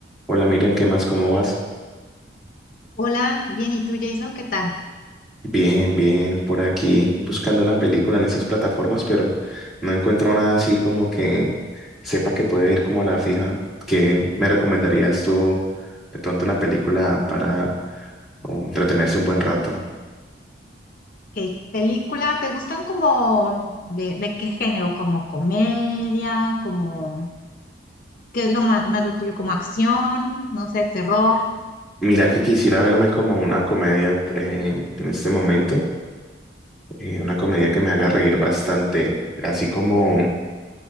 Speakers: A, in the centre; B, on the left.
A: Hola Miriam, ¿qué más? ¿Cómo vas?
B: Hola, bien, ¿y tú, Jason? ¿Qué tal?
A: Bien, bien, por aquí buscando una película en esas plataformas, pero no encuentro nada así como que sepa que puede ir como a la fija. ¿Qué me recomendarías tú de pronto una película para o, entretenerse un buen rato?
B: ¿Qué película? ¿Te gustan como de, de qué género? ¿Como comedia? ¿Como qué es lo ma- más, lo tuyo? ¿Como acción? No sé, terror.
A: Mira que quisiera verme como una comedia eh, en este momento, eh, una comedia que me haga reír bastante, así como